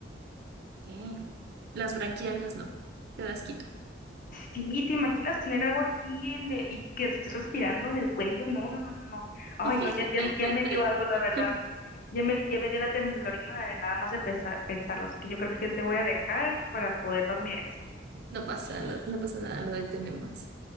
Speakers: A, on the right (about 60°); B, on the left (about 50°).
A: ¿qué? Las branquialgas no. Te das quito.
B: Sí, ¿te imaginas tener algo aquí en, eh, y que estés respirando en el cuello? No, no, no, no, no. Ay,
A: <laughs>
B: no, ya, ya, ya me dio algo, la verdad. Ya me, di- ya me dio la temblorina de nada más de pesa- pensarlo, así que yo creo que ya te voy a dejar para poder dormir eso.
A: No pasa, lo- no pasa nada, lo detenemos.